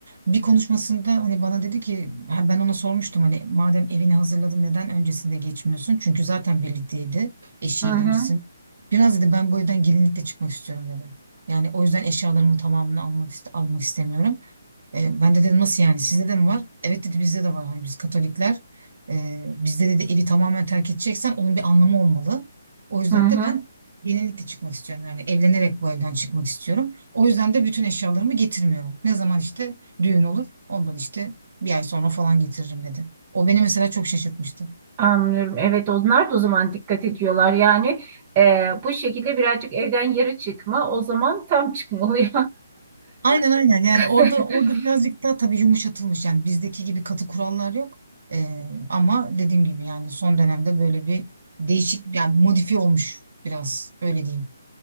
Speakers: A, on the right; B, on the right.
A: Bir konuşmasında hani bana dedi ki ha, ben ona sormuştum hani madem evini hazırladın neden öncesinde geçmiyorsun? Çünkü zaten birlikteydi eşiyle
B: Hı hı.
A: öncesinde. Biraz dedi ben bu evden gelinlikle çıkmak istiyorum dedi. Yani o yüzden eşyalarımın tamamını almak iste- almak istemiyorum. E, ben de dedim nasıl yani sizde de mi var? Evet dedi bizde de var. Hani biz Katolikler e, bizde dedi evi tamamen terk edeceksen onun bir anlamı olmalı. O yüzden
B: Hı hı.
A: de ben yenilikle çıkmak istiyorum. Yani evlenerek bu evden çıkmak istiyorum. O yüzden de bütün eşyalarımı getirmiyorum. Ne zaman işte düğün olur ondan işte bir ay sonra falan getiririm dedi. O beni mesela çok şaşırtmıştı.
B: Anlıyorum. Evet onlar da o zaman dikkat ediyorlar. Yani e, bu şekilde birazcık evden yarı çıkma o zaman tam çıkma oluyor.
A: Aynen aynen yani
B: <laughs>
A: orada orada birazcık daha tabii yumuşatılmış yani bizdeki gibi katı kurallar yok. Ee, ama dediğim gibi yani son dönemde böyle bir değişik yani modifiye olmuş biraz öyle diyeyim.